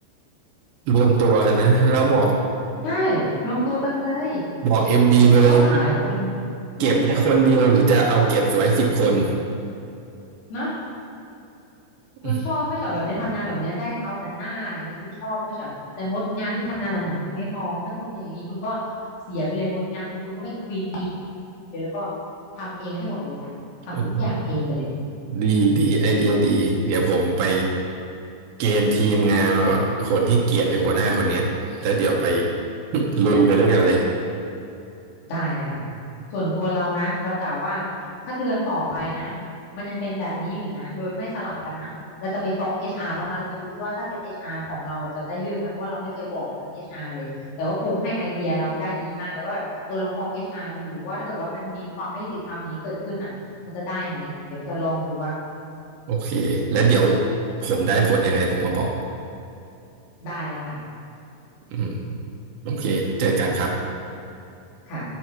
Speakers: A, on the right; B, on the left.
A: รวมตัวกันนะแล้วบอก
B: ใช่รวมตัวกันไปเลย
A: บอกเอ็มดีไปเลยว่า
B: เพราะว่าตั้งหลายคนอืม
A: เก็บไว้คนเดียวหรือจะเอาเก็บไว้สิบคน
B: นะ คุณชอบไม่ใช่เหรอแบบเนี้ยทำงานแบบเนี้ยได้เอาแต่หน้าอย่างเงี้ยคุณชอบไม่ใช่เหรอแต่มดงานที่ทำงานหนักๆคุณไม่มองถ้าคุณอย่างนี้คุณก็
A: อื
B: เสียไปเลยมดงานคุณก็เป็นควีนก็ทำเองให้หมดไปเลยจ้ะทำทุกอย่างเองไปเลย
A: มดีดีไอเดียดีเดี๋ยวผมไปเกณฑ์ทีมงานมาก่อนคนที่เกลียดไอ้หัวหน้าคนเนี้ยแล้วเดี๋ยวไปลุยไปด้วยกันเลย
B: ได้เลยค่ะส่วนตัวเรานะเรากล่าวว่าถ้าเดือนต่อไปนะมันยังเป็นแบบนี้อยู่อีกนะโดยไม่สลับกันนะเราจะไปฟ้อง HR บ้างนะเราจะดูซิว่าถ้าเป็น HR ของเราจะได้เรื่องไหมเพราะว่าเราไม่เคยบอกทาง HR เลยแต่ว่าพงให้ไอเดียเราได้ดีมากเลยว่าแบบเออลองฟ้อง HR ดูว่าถ้าเกิดว่ามันมีความไม่ยุติธรรมอย่างนี้เกิดขึ้นน่ะมันจะได้ไหมเดี๋ยวเราจะลองดูบ้าง
A: โอเค แล้วเดี๋ยวผมได้ผลยังไงผมมาบอก
B: ได้เลยค่ะ
A: อืมโอเค เจอกันครับ
B: ค่ะ